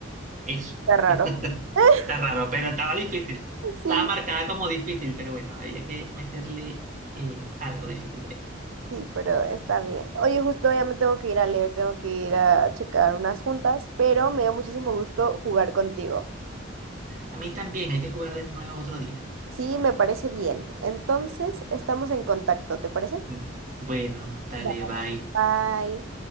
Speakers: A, on the right; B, on the right.
A: Eso.
B: raro.
A: <laughs>
B: <laughs>
A: Está raro, pero estaba difícil. Estaba
B: Sí.
A: marcada como difícil, pero bueno, había que meterle eh, algo difícil ahí.
B: Sí, pero está bien. Oye, justo ya me tengo que ir a leer, tengo que ir a checar unas juntas, pero me dio muchísimo gusto jugar contigo.
A: A mí también hay que jugar de nuevo otro día.
B: Sí, me parece bien. Entonces, estamos en contacto, ¿te parece?
A: Mm, Bueno, dale,
B: Vale.
A: bye.
B: Bye.